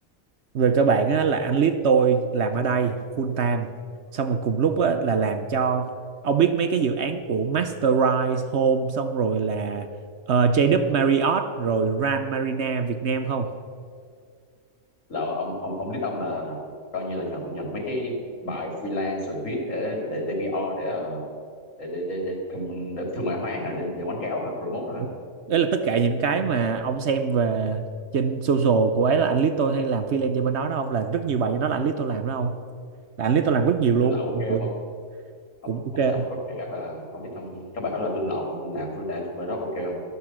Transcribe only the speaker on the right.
về cơ bản á, là anh lead tôi làm ở đây full time xong rồi cùng lúc á, là làm cho ông biết mấy cái dự án của Masterize Home xong rồi là ờ, JW Marriott rồi Grand Marina Việt Nam không
Đúng. đấy là tất cả những cái mà ông xem về trên social của ấy là anh lead tôi hay làm freelance cho bên đó đó không là rất nhiều bài cho nó là anh lead tôi làm đó không là anh lead tôi làm rất nhiều luôn
cũng
cũng ok
không?